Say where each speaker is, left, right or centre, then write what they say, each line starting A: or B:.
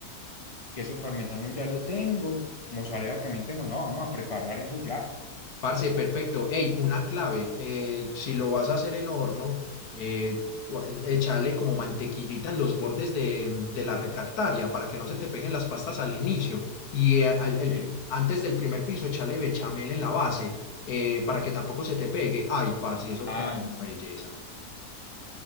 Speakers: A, on the left; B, on the left.
A: queso parmesano ya lo tengo, mozzarella también tengo. No, vamos a preparar eso ya.
B: Parce, perfecto. Ey, una clave, eh, si lo vas a hacer en horno, eh, o- échale como mantequillita en los bordes de, de la refractaria para que no se te peguen las pastas al inicio. Y eh, al- el-
A: Sí.
B: antes del primer piso, échale bechamel en la base eh, para que tampoco se te pegue. Ay, parce, eso
A: Ah,
B: queda
A: listo.
B: una belleza.